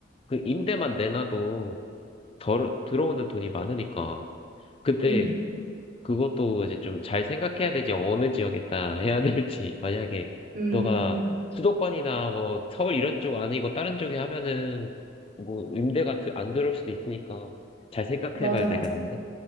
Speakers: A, on the left; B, on the right.
A: 그 임대만 내놔도 덜, 들어오는 돈이 많으니까. 근데
B: 음,
A: 그것도 이제 좀 잘 생각해야 되지. 어느 지역에다 해야 될지. <laughs> 만약에
B: 음,
A: 너가 수도권이나 뭐 서울 이런 쪽 아니고 다른 쪽에 하면은 뭐 임대가 드- 안 들어올 수도 있으니까 잘 생각해
B: 맞아,
A: 봐야 되겠는데.
B: 맞아,